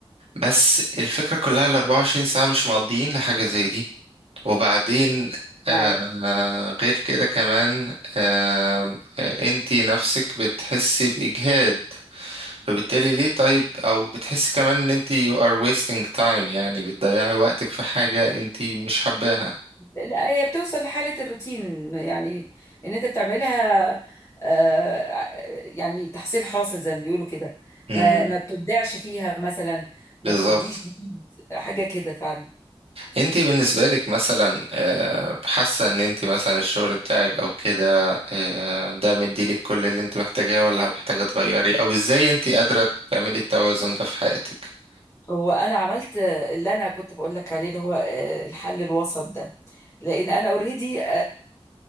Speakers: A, on the right; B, on the left.
A: بس الفكرة كلها ال 24 ساعة مش مقضيين لحاجة زي دي وبعدين آه
B: معاك
A: غير كده كمان آه آه، انتي نفسك بتحسي بإجهاد فبالتالي ليه طيب أو بتحسي كمان ان انتي you are wasting time يعني بتضيعي وقتك في حاجة انتي مش حباها
B: لا هي بتوصل لحالة الروتين يعني ان انت بتعملها آه ع- يعني تحصيل حاصل زي ما بيقولوا كده
A: مم،
B: ما ما بتبدعش فيها مثلا ما
A: بالظبط
B: بتديش جديد حاجة كده فعلا
A: انت بالنسبة لك مثلا آه، حاسة ان انت مثلا الشغل بتاعك او كده آه، ده مديلك كل اللي انت محتاجاه ولا محتاجة تغيري او ازاي انت قادرة تعملي التوازن ده في حياتك
B: هو انا عملت اللي انا كنت بقول لك عليه اللي هو آه، الحل الوسط ده لان انا اوريدي